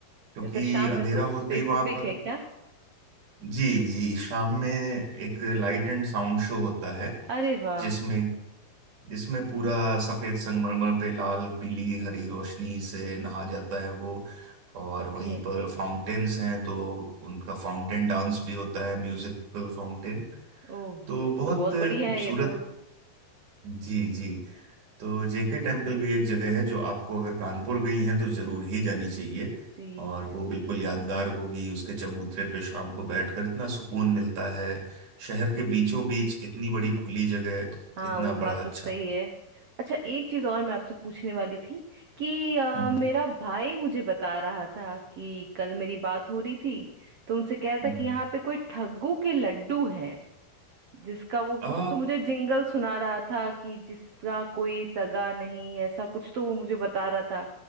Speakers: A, on the right; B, on the right.
A: क्योंकि
B: अच्छा शाम
A: अंधेरा
B: में कुछ
A: होते
B: स्पेसिफिक
A: ही वहां पर
B: है क्या
A: जी जी शाम में एक लाइट एंड साउंड शो होता है
B: अरे वाह
A: जिसमें जिसमें पूरा सफेद संगमरमर पे लाल पीली हरी रोशनी से नहा जाता है वो और
B: ओके
A: वहीं पर फाउंटेन्स हैं तो उनका फाउंटेन डांस भी होता है म्यूजिकल फाउंटेन
B: ओह
A: तो बहुत
B: तो बहुत बढ़िया
A: खूबसूरत
B: है ये तो
A: जी जी तो जेके टेम्पल भी एक जगह है जो आपको अगर कानपुर गई हैं तो जरूर ही जानी चाहिए
B: जी
A: और वो बिल्कुल यादगार होगी उसके चबूतरे पे शाम को बैठकर इतना सुकून मिलता है शहर के बीचों बीच इतनी बड़ी खुली जगह
B: हाँ
A: इतना
B: वो
A: बड़ा
B: बात
A: अच्छा
B: तो सही है अच्छा एक चीज और मैं आपसे पूछने वाली थी कि अ,
A: हम्म
B: मेरा भाई मुझे बता रहा था कि कल मेरी बात हो रही थी तो उनसे कह रहा
A: हम्म
B: था कि
A: हम्म,
B: यहाँ पे कोई ठग्गू के लड्डू हैं जिसका वो
A: आ
B: कुछ तो मुझे जिंगल सुना रहा था कि जिसका कोई सगा नहीं ऐसा कुछ तो वो मुझे बता रहा था